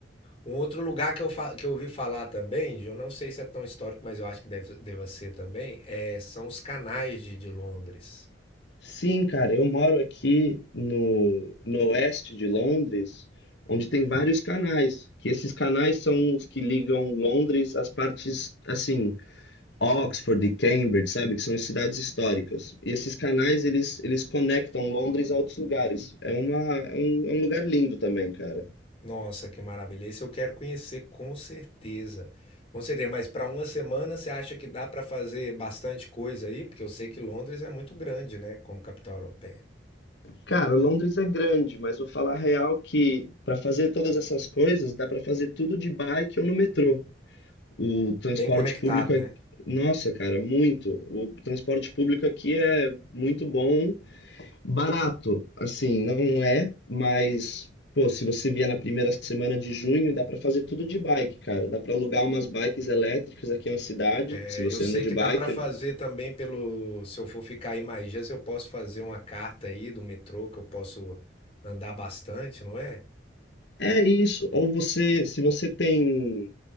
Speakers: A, on the left (about 30°); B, on the left (about 65°).
A: Um outro lugar que eu, fa- que eu ouvi falar também, eu não sei se é tão histórico, mas eu acho que deve, deva ser também, é, são os canais de, de Londres.
B: Sim, cara, eu moro aqui no, no oeste de Londres, onde tem vários canais, que esses canais são os que ligam Londres às partes, assim, Oxford e Cambridge, sabe, que são as cidades históricas. E esses canais, eles, eles conectam Londres a outros lugares. É uma, é um, é um lugar lindo também, cara.
A: Nossa, que maravilha. Esse eu quero conhecer com certeza. Com certeza, mas para uma semana você acha que dá para fazer bastante coisa aí? Porque eu sei que Londres é muito grande, né, como capital europeia.
B: Cara, Londres é grande, mas vou falar a real que para fazer todas essas coisas, dá para fazer tudo de bike ou no metrô. O transporte
A: Bem conectado,
B: público, é-
A: né?
B: nossa, cara, muito. O transporte público aqui é muito bom, barato, assim, não é, mas pô, se você vier na primeira semana de junho, dá pra fazer tudo de bike, cara. Dá pra alugar umas bikes elétricas aqui na cidade,
A: É,
B: se você
A: eu sei
B: anda de
A: que
B: bike.
A: dá para fazer também pelo, se eu for ficar aí mais dias, eu posso fazer uma carta aí do metrô que eu posso andar bastante, não é?
B: É isso. Ou você, se você tem,